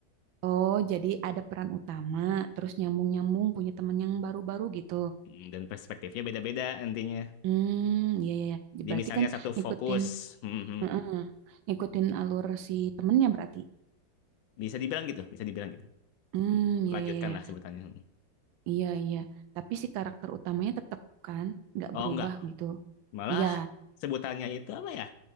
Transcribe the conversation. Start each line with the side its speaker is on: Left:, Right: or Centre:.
Right: Oh, jadi ada peran utama, terus nyambung-nyambung punya teman yang baru-baru gitu.
Left: Mm, dan perspektifnya beda-beda nantinya.
Right: Hmm, iya, iya, iya. Ya,
Left: Jadi
Right: Berarti
Left: misalnya
Right: kan
Left: satu
Right: ngikutin,
Left: fokus, mhm.
Right: mm ngikutin alur si temennya berarti.
Left: Bisa dibilang gitu, bisa dibilang gitu.
Right: Hmm, iya,
Left: Lanjutkanlah
Right: iya, iya,
Left: sebutannya. Mm.
Right: iya, iya. iya. Tapi si karakter utamanya tetap kan, nggak
Left: Oh
Right: berubah
Left: enggak,
Right: gitu.
Left: malah
Right: Iya.
Left: sebutannya itu apa ya?